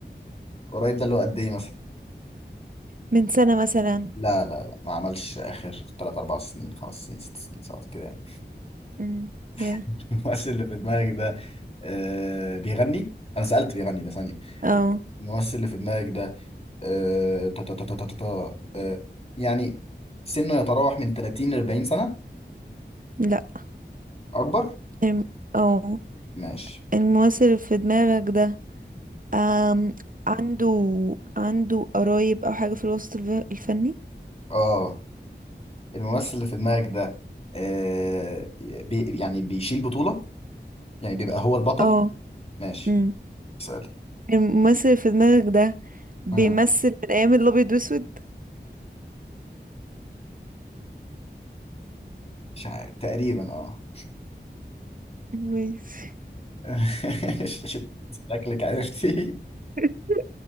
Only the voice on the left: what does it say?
قريب ده اللي هو قد ايه مثلا
لا لا لا ما عملش اخر 3 4 سنين 5 سنين 6 سنين 7 كده يعني
<laughs> الممثل اللي في دماغك ده آه بيغني انا سألت بيغني ده ثانية
الممثل اللي في دماغك ده آه تا تا تا تا تا تا تا، آه يعني سنه يتراوح من 30 ل 40 سنة
اكبر
ماشي
اه الممثل اللي في دماغك ده آه بي يعني بيشيل بطولة يعني بيبقى هو البطل
ماشي
اسأل
امم
مش عارف تقريبا اه
<laughs> شكلك عرفتي